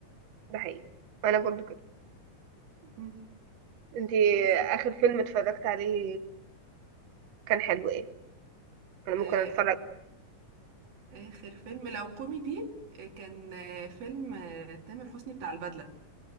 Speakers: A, on the right; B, on the right.
A: <laughs> ده حقيقي انا برضو كده
B: <laughs> مم.
A: انت
B: بس
A: اخر فيلم اتفرجت عليه كان حلو ايه انا ممكن
B: آه،
A: اتفرج
B: اخر فيلم لو كوميدي آه، كان آه، فيلم آه، تامر حسني بتاع البدله